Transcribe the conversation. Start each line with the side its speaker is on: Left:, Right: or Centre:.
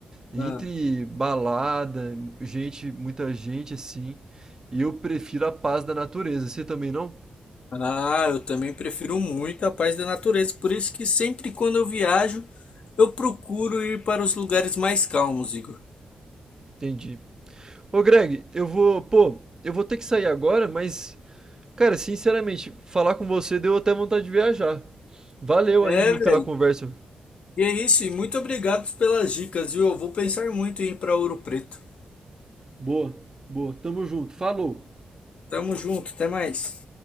Right: Entre
Left: Ah,
Right: balada, gente, muita gente assim, eu prefiro a paz da natureza. Você também não?
Left: ah, eu também prefiro muito a paz da natureza. Por isso que sempre quando eu viajo, eu procuro ir para os lugares mais calmos, Igor.
Right: Entendi. Ô Greg, eu vou, pô, eu vou ter que sair agora, mas, cara, sinceramente, falar com você deu até vontade de viajar. Valeu
Left: É,
Right: aí, viu,
Left: velho.
Right: pela conversa.
Left: E é isso, e muito obrigado pelas dicas, viu? Eu vou pensar muito em ir para Ouro Preto.
Right: Boa, boa. Tamo junto. Falou.
Left: Tamo junto, até mais.